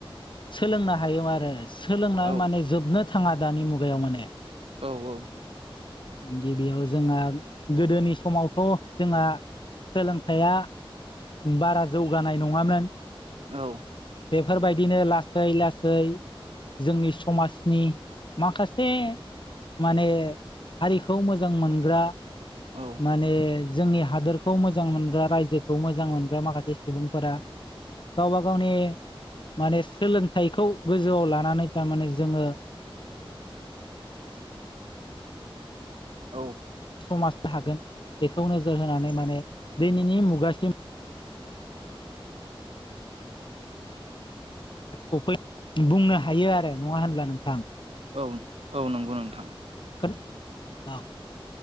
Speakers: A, on the left (about 55°); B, on the right (about 85°).
A: सोलोंनो हायो आरो सोलोंनो
B: औ
A: माने जोबनो थाङा दानि मुगायाव माने
B: औ औ।
A: गिबियाव जोंहा गोदोनि समावथ' जोंहा सोलोंथाइया बारा जौगानाय नङामोन
B: औ
A: बेफोरबायदिनो लासै लासै जोंनि समाजनि माखासे माने हारिखौ मोजां मोनग्रा
B: औ
A: माने जोंनि हादोरखौ मोजां मोनग्रा रायजोखौ मोजां मोनग्रा माखासे सुबुंफोरा गावबा गावनि माने सोलोंथाइखौ गोजौआव लानानै थारमाने जोङो
B: औ
A: समाज थागोन बेखौ नोजोर होनानै माने दिनैनि मुगासिम सफै बुंनो हायो आरो नङा होनब्ला नोंथां?
B: औ औ नंगौ नोंथां।
A: <unintelligible>